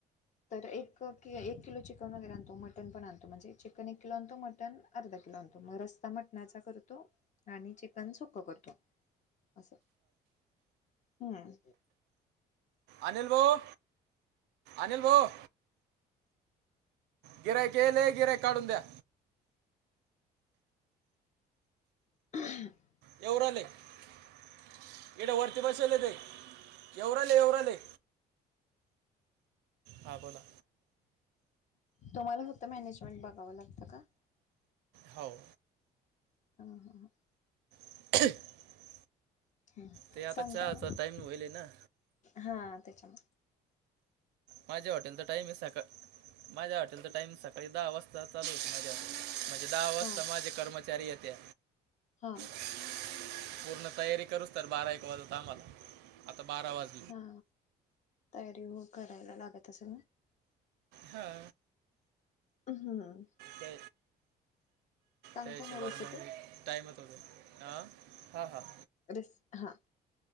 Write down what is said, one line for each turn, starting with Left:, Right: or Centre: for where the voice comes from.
Left: तर एक कि एक किलो चिकन वगैरे आणतो. मटन पण आणतो म्हणजे चिकन एक किलो आणतो मटन. अर्धा किलो आणतो, मग रस्सा मटण्याचा करतो. आणि चिकन सुकं करतो असं हम्म.
Right: अनिल भाऊ अनिल भाऊ. गिऱ्याक याले, गिऱ्याक काडून द्या.
Left: <unintelligible>
Right: येवूराले इकड वर्ती बसवले, ते येवूराल येवूराले. हा बोला.
Left: तुम्हाला फक्त मॅनेजमेंट बघावं लागतं का.
Right: हाव.
Left: ह ह ह.
Right: <unintelligible>
Left: ह
Right: ते आता
Left: सांगताय
Right: चहाता
Left: ना
Right: टाईम होईल ना.
Left: हा त्याच्याम
Right: माझ्या हॉटेलचां टाईमिंग सका माझ्या हॉटेलचं टाइमिंग सकाळी दहा वाजता चालू होते. माझ्या हॉटेल. म्हणजे दहा वाजता
Left: हा
Right: माझे कर्मचारी येत्या.
Left: हा.
Right: पूर्ण तयारी करूच तर बारा एक वाजत आम्हाला, आता बारा वाजले.
Left: हा तयारी मग करायला लागत असंल ना?
Right: हा.
Left: अ हं. ‌
Right: ते
Left: सांगता
Right: ते
Left: ना
Right: शिवालम.
Left: रेसिपी
Right: टाईम तो दे, आ हां हां.
Left: रीस हा.